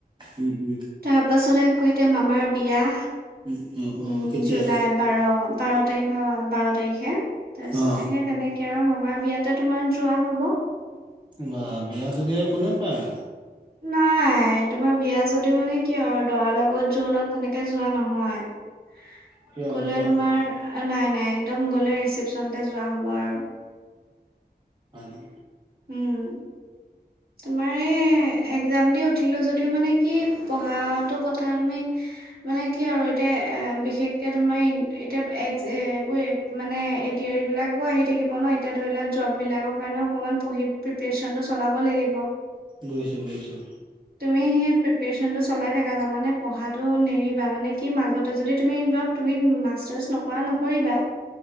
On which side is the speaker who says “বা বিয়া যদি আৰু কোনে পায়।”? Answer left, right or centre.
Right